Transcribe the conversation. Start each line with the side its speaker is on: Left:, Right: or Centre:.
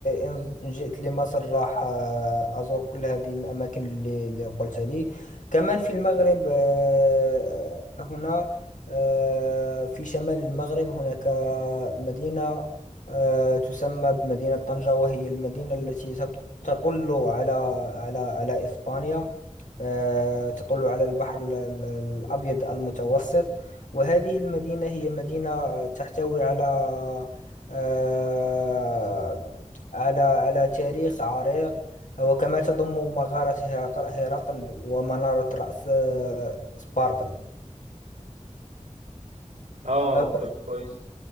Left: إن إن جئت لمصر راح آه، أزور كل هذه الأماكن اللي, اللي قلت لي كمان في المغرب آه، هنا آه، في شمال المغرب هناك آه، مدينة آه، تسمى بمدينة طنجة وهي المدينة التي تط- تطل على على على إسبانيا آه، تطل على البحر ال- ال- الأبيض المتوسط وهذه المدينة هي مدينة تحتوي على آه، على على تاريخ عريق وكما تضم مغارة هرق- هرقل ومنارة رأس آه، سبارتل
Right: اه
Left: آه،
Right: طب كويس